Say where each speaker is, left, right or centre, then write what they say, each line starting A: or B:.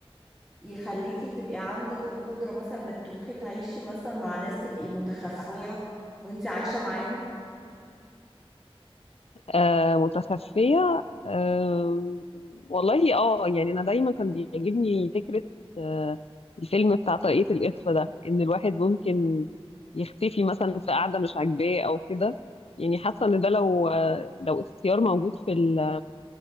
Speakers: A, in the centre; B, on the left (about 75°).
A: يخليكي تبقي عندك القدرة مثلا انك تروحي تعيشي مثلا مع ناس تبقي متخفية وانت عايشة معاهم
B: آه متخفية آه والله اه يعني أنا دايما كان بيعجبني فكرة آه الفيلم بتاع طريقة الإخفاء ده إن الواحد ممكن يختفي مثلا في قعدة مش عاجباه أو كده يعني حاسة إن ده لو آه، لو اختيار موجود في ال